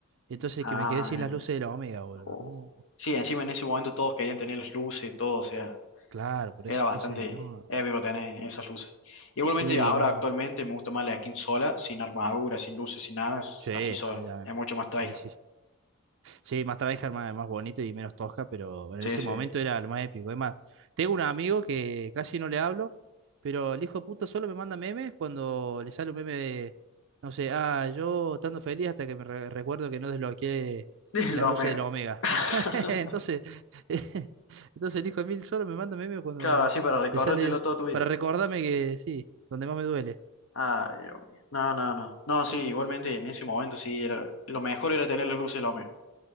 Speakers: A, on the right; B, on the left.
A: Entonces
B: Ah,
A: que me quedé sin
B: bien,
A: las luces
B: bien.
A: de la Omega, boludo.
B: O-
A: No,
B: Sí, encima en ese momento todos querían tener las luces, y todo, o sea,
A: claro, por
B: era
A: eso.
B: bastante
A: Entonces, no.
B: épico tener esas luces. Igualmente
A: Sí,
B: ahora
A: no.
B: actualmente me gusta más la skin sola, sin armadura, sin luces, sin nada, es
A: Sí,
B: así sola.
A: a mí también.
B: Es mucho más tryhard.
A: Sí, sí. Sí, más tryhard, más, más bonito y menos tosca, pero bueno,
B: Sí,
A: en ese
B: sí.
A: momento era lo más épico. Es más, tengo un amigo que casi no le hablo, pero el hijo de puta solo me manda memes cuando le sale un meme de, no sé, ah, yo estando feliz hasta que me re- recuerdo que no desbloqueé
B: <laughs>
A: las
B: la
A: luces
B: omega.
A: del Omega.
B: <laughs>
A: <laughs> Entonces, <laughs> entonces el hijo de Mil solo me manda memes cuando
B: Claro, así para recordártelo
A: le sale eso,
B: toda tu vida.
A: para recordarme que sí, donde más me duele.
B: ah Dios mío. No, no, no. No, sí, igualmente en ese momento sí, era, lo mejor era tener las luces de la Omega.